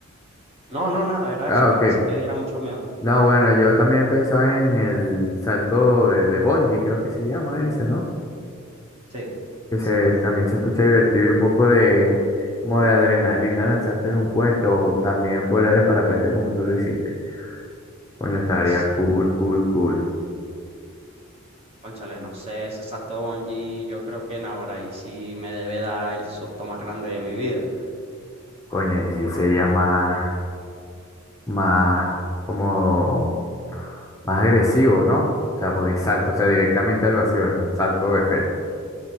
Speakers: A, on the right; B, on the left.
A: No, no, nada, era
B: Ah,
A: eso,
B: ok.
A: pues así te diera mucho miedo.
B: No, bueno, yo también pensaba en el salto de, de bungee, creo que se llama ese, ¿no?
A: Sí,
B: Que
A: exacto.
B: se, también se escucha divertido y un poco de, como de adrenalina lanzarte en un puente o también volar en parapente como tú lo hiciste. Coño, estaría
A: Sí,
B: cool, cool, cool.
A: cónchale, no sé, ese salto de bungee, yo creo que en ahora ahí sí me debe dar el susto más grande de mi vida.
B: Coño, y sí sería más, más, como, más agresivo, ¿no? O sea, porque salto, o sea, directamente al vacío, es un salto de fe.